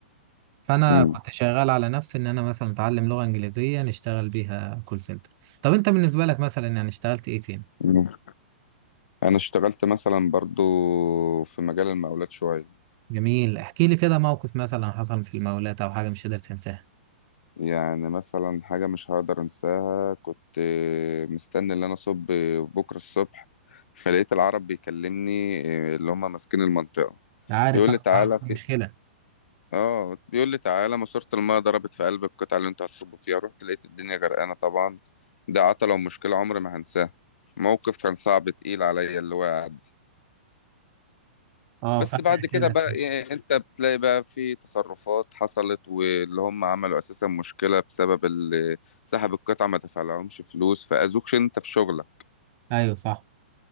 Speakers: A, on the right (about 30°); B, on the left (about 80°).
A: فانا
B: مم.
A: كنت شغال على نفسي ان انا مثلا اتعلم لغه انجليزيه نشتغل بيها كول سنتر طب انت بالنسبه لك مثلا يعني اشتغلت ايه تاني
B: مم. انا اشتغلت مثلا برضو في مجال المقاولات شوية
A: جميل احكي لي كده موقف مثلا حصل في المولات او حاجه مش قادر تنساها
B: يعني مثلا حاجة مش هقدر انساها كنت مستني ان انا اصب بكرة الصبح فلقيت العرب بيكلمني آه، اللي هم ماسكين المنطقة
A: عارف
B: بيقول
A: انا
B: لي تعالى
A: عارف
B: في
A: مشكله
B: اه بيقول لي تعالى ماسورة المايه ضربت في قلب القطعة اللي انتوا هتصبوا فيها رحت لقيت الدنيا غرقانة طبعا ده عطلة ومشكلة عمري ما هنساه موقف كان صعب تقيل عليا اللي هو قعد
A: اه
B: بس
A: فاكر
B: بعد كده
A: كده
B: بقى إيه، انت بتلاقي بقى في تصرفات حصلت واللي هم عملوا اساسا مشكلة بسبب اللي سحب القطعة ما دفعلهمش فلوس فأذوكش انت في شغلك
A: ايوه صح